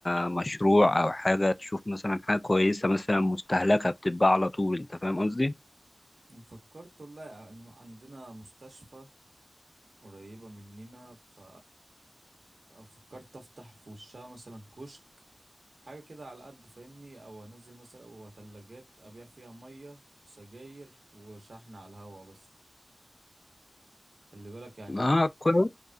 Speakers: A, on the left; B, on the right.
A: آه، مشروع او حاجه تشوف مثلا حاجه كويسه مثلا مستهلكه بتتباع على طول انت فاهم قصدي
B: فكرت والله يعني عندنا مستشفى قريبة مننا ف أو فكرت أفتح في وشها مثلا كشك حاجة كده على قد فاهمني أو أنزل مثلا أو تلاجات أبيع فيها مية وسجاير وشحن على الهوا بس خلي بالك يعني
A: اه كويس